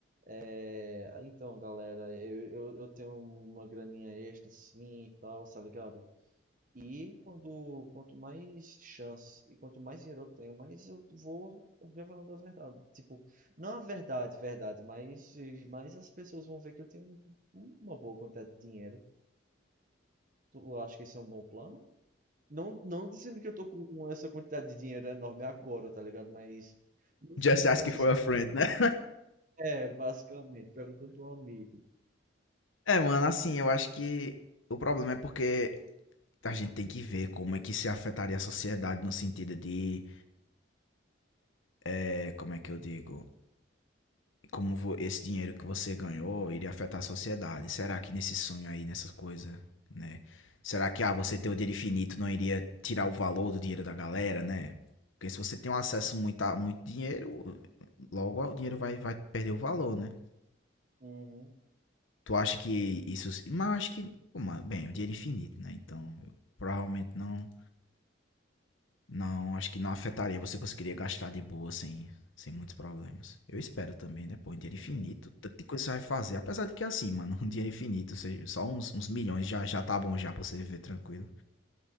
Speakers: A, on the right; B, on the left.
A: é, então galera, eu, eu, eu tenho uma graninha extra assim e tal, tá ligado? E quando, quanto mais chance e quanto mais dinheiro eu tenho, mais eu vou revelando a verdade. Tipo, não a verdade, verdade, mas, mas as pessoas vão ver que eu tenho uma boa quantidade de dinheiro. Tu acha que isso é um bom plano? Não, não dizendo que eu tô com essa quantidade de dinheiro enorme agora, tá ligado? Mas
B: Just asking
A: nessa.
B: for a friend, né? <laughs>
A: É, basicamente, perguntando pra um amigo.
B: É, mano, assim, eu acho que o problema é porque a gente tem que ver como é que se afetaria a sociedade no sentido de, eh, como é que eu digo? como vo- esse dinheiro que você ganhou iria afetar a sociedade. Será que nesse sonho aí, nessas coisas, né? Será que, ah, você ter o dinheiro infinito não iria tirar o valor do dinheiro da galera, né? Porque se você tem um acesso muito a muito dinheiro, logo o dinheiro vai, vai perder o valor, né?
A: Uhum,
B: Tu acha que isso. Mas eu acho que. pô, mas, Bem, o dinheiro é infinito, né? Então, eu provavelmente não. Não, acho que não afetaria. Você conseguiria gastar de boa sem, sem muitos problemas. Eu espero também, né? Pô, um dinheiro infinito.
A: uhum.
B: Tanta coisa você vai fazer. Apesar de que é assim, mano, <laughs> um dinheiro infinito, ou seja, só uns, uns milhões já, já tá bom já pra você viver tranquilo.